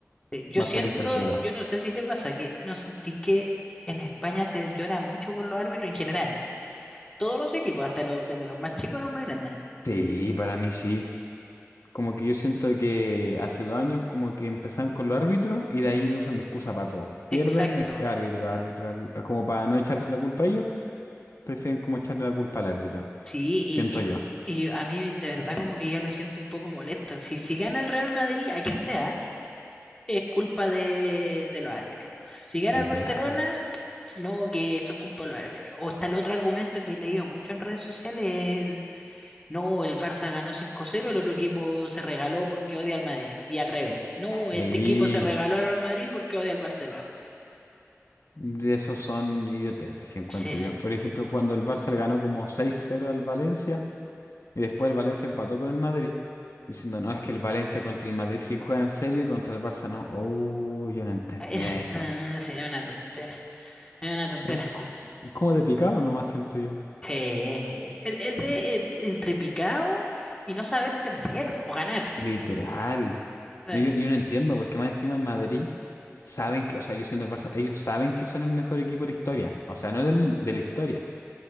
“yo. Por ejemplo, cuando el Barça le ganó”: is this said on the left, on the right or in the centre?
Left